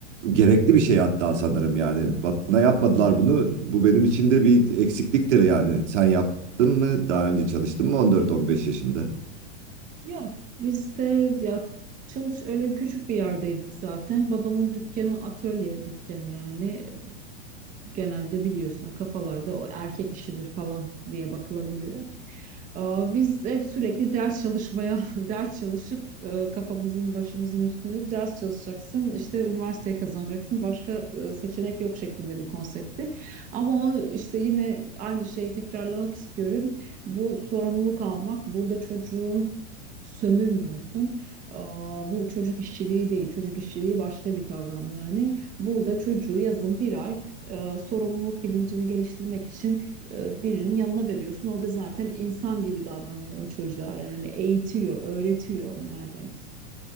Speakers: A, on the right (about 80°); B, on the right (about 20°).
A: Gerekli bir şey hatta sanırım yani. Bana yapmadılar
B: Evet.
A: bunu. Bu benim için de bir eksikliktir yani. Sen yaptın mı? Daha önce çalıştın mı on dört on beş yaşında?
B: Yok biz de ya çalış öyle küçük bir yerdeydik zaten. Babamın dükkanı atölye dükkanı yani genelde biliyorsun o kafalarda o erkek işidir falan diye bakılabiliyor. Aa, Biz hep sürekli ders çalışmaya, <laughs> ders çalışıp e, kafamızın başımızın üstünü ders çalışacaksın, işte üniversiteyi kazanacaksın, başka e, seçenek yok şeklinde bir konseptti. Ama o işte yine aynı şeyi tekrarlamak istiyorum. Bu sorumluluk almak, burada çocuğun sömürmüyorsun. Aa, Bu çocuk işçiliği değil, çocuk işçiliği başka bir kavram yani. Burada çocuğu yazın bir ay e, sorumluluk bilincini geliştirmek için e, birinin yanına veriyorsun. Orada zaten insan gibi davranıyor çocuğa yani eğitiyor, öğretiyor yani.